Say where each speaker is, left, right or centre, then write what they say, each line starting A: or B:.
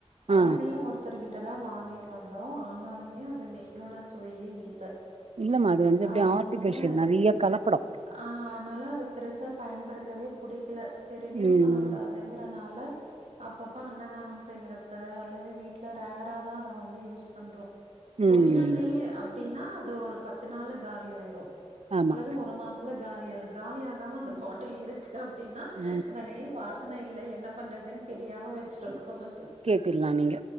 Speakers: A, on the right; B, on the right.
A: அவங்கெல்லா
B: ஆ
A: ஒருத்தர்கிட்ட தான் வாங்கிட் வந்தோ ஆனாலுமே அது நெய்யோட சு சுவையே இல்ல
B: இல்ல மா அது வந்து அப்டியே
A: அதனால
B: ஆர்டிஃபிஷியல் நறைய கலப்படோம்
A: ஆ ஆதனால அது பெருசா பயன்படுத்தவே புடிக்கல செரி வீண்
B: ம்
A: பண்ண கூடாத் துங்குறனால அப்பப்ப அன்னதானம் செய்யிறப்ப அல்லது வீட்ல ரேர்ரா தான் அத வந்து யூஸ் பண்றோம்
B: ம்
A: ஒரிஜினல் நெய் அப்டினா அது ஒரு பத்து நாள்ல காலி ஆயிரும்
B: ஆமா
A: அல்லது ஒர் ஒரு மாஸ்ல காலி ஆய்ரும் காலி ஆகாம அந்த பாட்டில் இருக்கு அப்டினா
B: ஆ
A: அந்த நெய் வாஸ் வாசன இல்ல என்ன பண்றதுன் தெரியாம வச்சிருக்கோன்ட் டுத்
B: தில்லா நீங்க